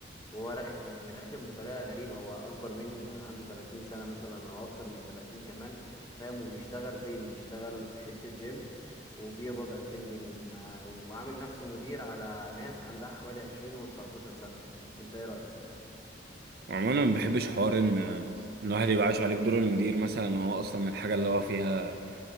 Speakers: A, on the left; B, on the right.
A: وهو رخ يعني رخم بطريقه غريبه هو اكبر مني هو عنده 30 سنه مثلا او اكتر من 30 كمان فاهم وبيشتغل فين بيشتغل في حته جيم وبيقبض 2000 جنيه ما وعامل نفسه مدير على ناس عندها حوالي 20 و19 سنه انت ايه رايك
B: وعموما ما بحبش حوار ان إن الواحد يبقى عايش عليك دور المدير مثلا وهو اصلا الحاجه اللي هو فيها